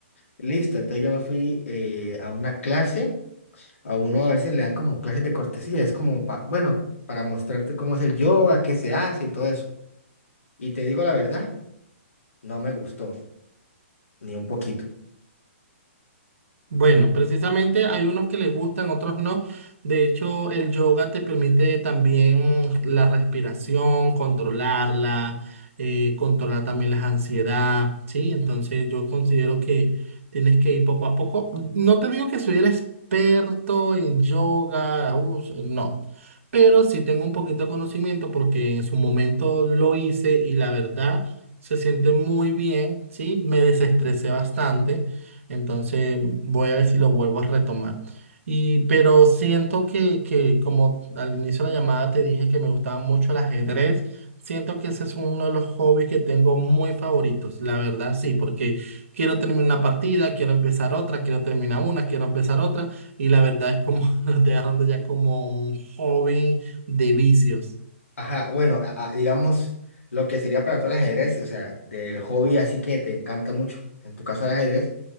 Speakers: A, on the left (about 75°); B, on the right (about 75°).
A: Listo, entonces yo me fui eh, a una clase, a uno a veces le dan como clases de cortesía, es como, pa- bueno, para mostrarte cómo es el yoga, qué se hace y todo eso. Y te digo la verdad, no me gustó, ni un poquito.
B: Bueno, precisamente hay unos que les gustan, otros no. De hecho, el yoga te permite también la respiración, controlarla, eh, controlar también la ansiedad, ¿sí? Entonces yo considero que tienes que ir poco a poco. No te digo que soy el experto en yoga, uh, no, pero sí tengo un poquito de conocimiento porque en su momento lo hice y la verdad se siente muy bien, ¿sí? Me desestresé bastante. Entonces voy a ver si lo vuelvo a retomar. Y, pero siento que, que como al inicio de la llamada te dije que me gustaba mucho el ajedrez, siento que ese es uno de los hobbies que tengo muy favoritos, la verdad sí, porque quiero terminar una partida, quiero empezar otra, quiero terminar una, quiero empezar otra, y la verdad es como <laughs> lo estoy agarrando ya como un hobby de vicios.
A: Ajá, bueno, a- a- digamos, lo que sería para tú el ajedrez, o sea, del hobby así que te encanta mucho, en tu caso el ajedrez,